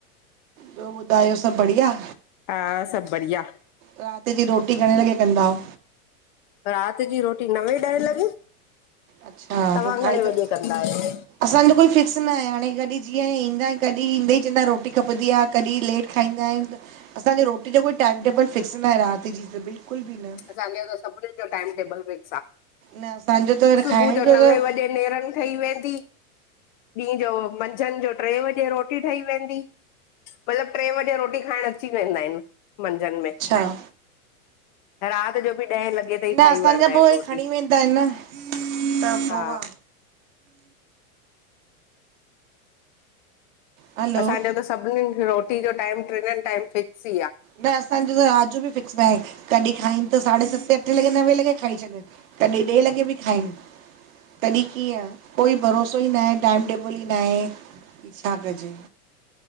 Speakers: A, on the right; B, on the left.
A: ॿियो ॿुदायो सब बढ़िया?
B: हा सब बढ़िया।
A: रात जी रोटी घणे लॻे कंदाओ?
B: रात जी रोटी नवे ॾह लॻे
A: अच्छा
B: तव्हां
A: पोइ खाई
B: घणे
A: करे?
B: वजे कंदा आहियो?
A: असांजो कोई फ़िक्स न आहे हाणे कॾहिं जीअं ईंदा कॾहिं ईंद ई चवंदा रोटी खपंदी आ। कॾहिं लेट खाईंदा आहिन त असांजो रोटी जो कोई टाइम टेबल फ़िक्स न आहे रात जी त बिल्कुल भी न।
B: असांजो सभिनिन जो टाइम टेबल फिक्स आ
A: न असांजो त
B: सुबुह
A: खाएण जो
B: नवे
A: त
B: वजे नेरन ठही वेंदी। ॾीं जो मंझंन जो टे वॻे रोटी ठही वेंदी। मतिलब टे वजे रोटी खाएण अची वेंदा आहिन मंझंन में।
A: हा
B: रात जो बि ॾह लॻे।
A: न असांजा
B: खाई वठदा
A: पो
B: आहिन
A: हे
B: रोटी
A: खणी वेंदा आहिन न त पो
B: हा
A: आ हलो
B: असांजो त सभिनीन रोटी जो टाइम टेबल टिनिन टाइम फिक्स ई आ।
A: न असांजो त रात जो बि फिक्स नाहे कॾहिं खाइन त साढे सते अठे लॻे नवें लॻे खाई छॾन। कॾी ॾे लॻे बि खाइन। तॾहिं कीअं कोई भरोसो ई न आहे टाइम टेबल ई न आहे। छा कजे